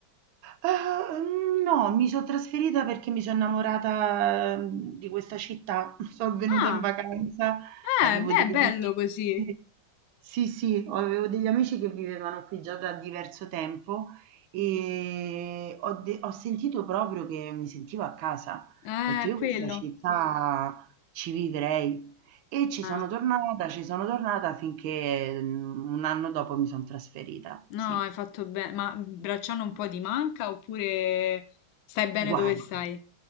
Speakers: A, on the right; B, on the left.
A: Uhm, no, mi so' trasferita perché mi so' innamorata, mhmm, di questa città. <laughs> So' venuta
B: Ah,
A: in vacanza, avevo
B: eh, beh,
A: degli
B: bello
A: amici
B: così.
A: <laughs> sì. Sì, sì, o avevo degli amici che vivevano qui già da diverso tempo, ehm, ho de ho sentito proprio che mi sentivo a casa.
B: Eh,
A: Ho detto: "Io
B: quello.
A: questa città ci vivrei". E ci
B: Ah,
A: sono tornata, ci sono tornata finché, mhmm, 1 anno dopo mi son trasferita, sì.
B: no, hai fatto bene. Ma Bracciano un po' di manca oppure stai bene
A: Guarda,
B: dove stai?